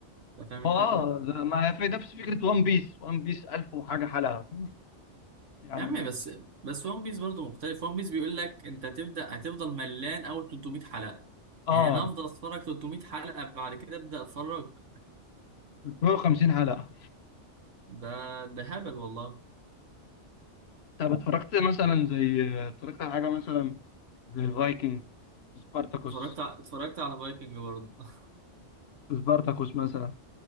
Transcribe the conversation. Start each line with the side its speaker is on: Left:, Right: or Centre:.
Right: انت فاهم الفكره
Left: ما اه ده- ما في نفس فكرة وان بيس وان بيس 1000 وحاجة حلقة يعني
Right: يا عم بس بس ون بيس برضه مختلف ون بيس بيقول لك انت هتبدا هتفضل ملان اول 300 حلقه
Left: اه
Right: يعني انا افضل اتفرج 300 حلقه بعد كده ابدا اتفرج
Left: 350 حلقة
Right: ده ده هبل والله
Left: طب اتفرجت مثلا زي اتفرجت على حاجة مثلا زي الفايكنج سبارتاكوس
Right: اتفرجت ع- اتفرجت على فايكنج برضه <laughs>
Left: سبارتاكوس مثلا